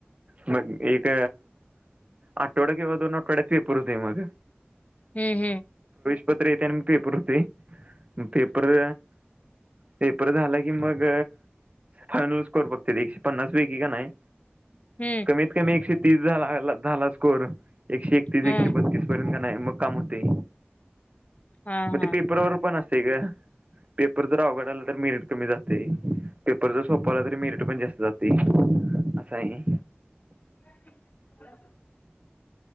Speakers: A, on the right; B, on the left.
A: मग एक आठवडा किंवा दोन आठवड्यात पेपर होतोय मग.
B: हम्म हम्म.
A: पत्र येतय आणि मग पेपर होतोय पेपर. पेपर झालं की मग. फायनल स्कोर बघत्यात एकशे पन्नास पैकी का नाही.
B: हम्म
A: कमीत कमी एकशे तीस झाला स्कोर एकशे एकतीस
B: हा
A: एकशे बत्तीस पर्यंत. नाही मग काम होतय
B: हा
A: मग
B: हा
A: ते पेपरवर पण असंतय गं. पेपर जर अवघड आला तर मेरीट कमी जातंय. पेपर जर सोपा आला तरी मेरीट पण जास्त जातंय असं आहे.
B: <inaudible>